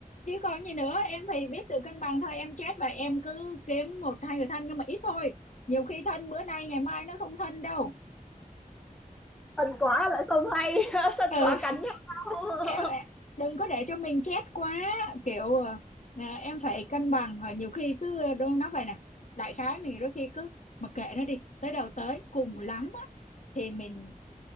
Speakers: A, on the left; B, in the centre.
A: chứ còn gì nữa em thì biết tự cân bằng thôi em chết và em cứ kiếm một hai người thân nhưng mà ít thôi nhiều khi thân bữa nay ngày mai nó không thân đâu
B: tình quả lại không hay <laughs> tình
A: ừ
B: quả cạnh nhau <laughs>
A: em em- đừng có để cho mình chết quá kiểu ờ, à, em phải cân bằng Rồi nhiều khi cứ ờ, đôi nói vậy nè đại khái mình đôi khi cứ mặc kệ nó đi tới đâu tới cùng lắm á thì mình